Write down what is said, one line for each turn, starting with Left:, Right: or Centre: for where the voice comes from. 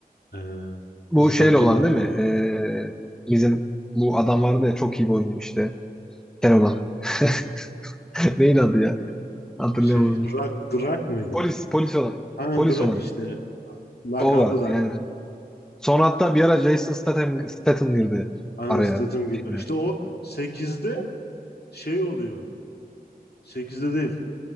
Left: Ee,
Centre: Bu
Left: Hızlı
Centre: şeyle
Left: ve Öfkeli
Centre: olan
Left: altıda.
Centre: değil mi? Ee, bizim bu adam vardı ya çok iyi bir oyuncu işte. Kel olan. <laughs> Neydi adı ya? Hatırlayamadım.
Left: Şey, Rock, Drak mıydı?
Centre: Polis, polis olan.
Left: Aynen
Centre: Polis
Left: Drak
Centre: olan
Left: işte.
Centre: işte.
Left: Lakabı
Centre: O var
Left: Drak.
Centre: yani. Sonra hatta bir ara Jason Statham, Statham girdi
Left: Aynen
Centre: araya.
Left: Statham geliyor.
Centre: Yani,
Left: İşte o sekizde şey oluyor. sekizde değil.